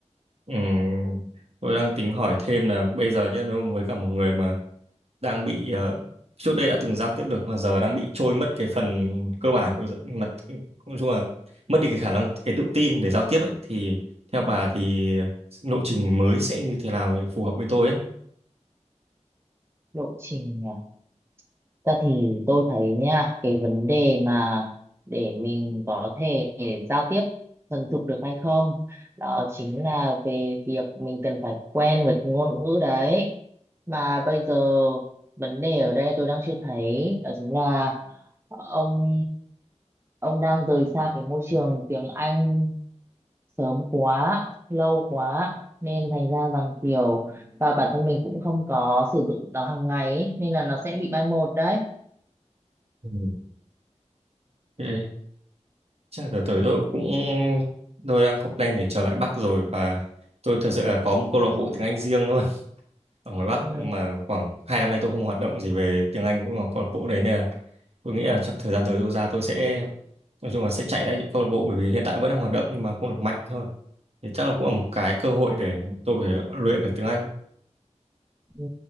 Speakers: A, on the right (about 55°); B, on the right (about 20°).
A: Ừ. Tôi đang tính hỏi thêm là bây giờ chứ nếu với cả một người mà đang bị ờ, trước đây đã từng giao tiếp được mà giờ đang bị trôi mất cái phần cơ bản của dạ- mà nói chung là mất đi cái khả năng cái tự tin để giao tiếp ấy thì theo bà thì lộ trình mới sẽ như thế nào để phù hợp với tôi ấy.
B: lộ trình à ta thì tôi thấy nha cái vấn đề mà để mình có thể giao tiếp thuần thục được hay không đó chính là về việc mình cần phải quen với cái ngôn ngữ đấy mà bây giờ vấn đề ở đây tôi đang chưa thấy đó chính là ông ông đang rời xa cái môi trường tiếng Anh sớm quá, lâu quá nên thành ra rằng kiểu và bản thân mình cũng không có sử dụng nó hàng ngày ấy, nên là nó sẽ bị mai một đấy.
A: Ừ. Ok. Chắc là tới tới tôi cũng tôi đang có plan để trở lại Bắc rồi và tôi thật sự là có một câu lạc bộ tiếng Anh riêng luôn ở ngoài Bắc
B: Ừ.
A: mà khoảng hai năm nay tôi không hoạt động gì về tiếng Anh cũng là câu lạc bộ đấy nên là tôi nghĩ là chắc thời gian tới tôi ra tôi sẽ nói chung là sẽ chạy lại những câu lạc bộ bởi vì hiện tại vẫn đang hoạt động nhưng mà không được mạnh thôi thì chắc là cũng là một cái cơ hội để tôi có thể luyện được tiếng Anh
B: Ừ.